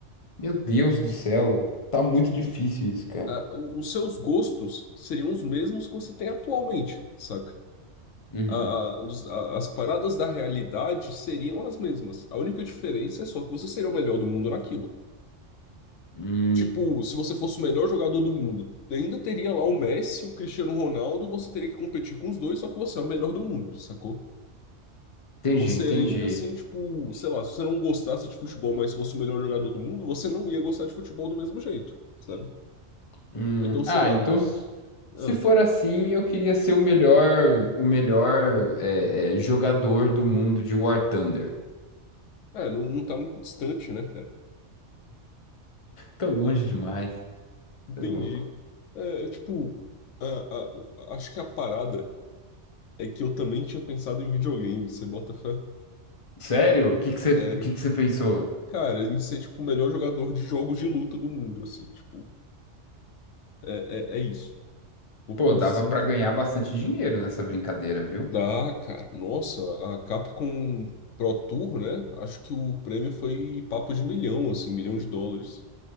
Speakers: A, on the left; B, on the left.
A: Meu Deus do céu, tá muito
B: Tipo,
A: difícil isso, cara.
B: ah, os seus gostos seriam os mesmos que você tem atualmente, saca?
A: Uhum.
B: A- a- os- a- as paradas da realidade seriam as mesmas. A única diferença é só que você seria o melhor do mundo naquilo.
A: Hum,
B: Tipo, se você fosse o melhor jogador do mundo, ainda teria lá o Messi, o Cristiano Ronaldo, e você teria que competir com os dois, só que você é o melhor do mundo, sacou?
A: entendi,
B: Você
A: entendi.
B: ainda assim, tipo, sei lá, se você não gostasse de futebol, mas fosse o melhor jogador do mundo, você não ia gostar de futebol do mesmo jeito, sabe?
A: Hum,
B: Então, sei
A: ah,
B: lá.
A: então s- se
B: Ah,
A: for assim, eu queria ser o melhor, o melhor é, é, jogador do mundo de War Thunder.
B: é, não, não tá muito distante, né, cara?
A: Tô longe demais,
B: Entendi.
A: tô louco.
B: É, é, tipo, a- a- acho que a parada é que eu também tinha pensado em videogame, você bota fé?
A: Sério? O que que você, o
B: Sério.
A: que que você pensou?
B: Cara, em ser, tipo, o melhor jogador de jogos de luta do mundo, assim, tipo, é, é, é isso. Porque
A: Pô,
B: eu
A: dava
B: sinto
A: pra ganhar
B: que
A: bastante dinheiro nessa brincadeira, viu?
B: dá, cara. Nossa, a Capcom Pro Tour, né? Acho que o prêmio foi papo de milhão, assim, milhão de dólares.